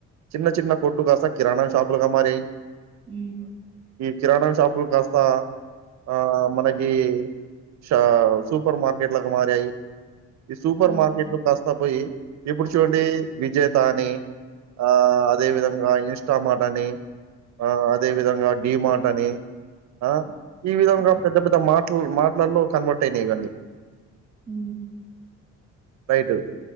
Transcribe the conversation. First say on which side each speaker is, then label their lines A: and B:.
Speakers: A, on the right; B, on the right.
A: చిన్న చిన్న కోట్లు కాస్త కిరాణా షాపులుగా మారాయి
B: అ
A: కిరాణా షాపులు కాస్త ఆ మనకి ష సూపర్ మార్కెట్లక్క మారాయి ఈ సూపర్
B: ఉమ్,
A: మార్కెట్లు కాస్తా పోయి ఇప్పుడు చూడండి విజేతా అని ఆ అదే విధంగా ఇంస్టామర్ట్ అని ఆ అదే విధంగా డి మాార్ట్ అని ఆ ఈ విధంగా
B: ఉమ్,
A: పెద్ద పెద్ద మాటలు మాట కన్వర్ట్ అయినాయి కదా అ
B: అ
A: రైట్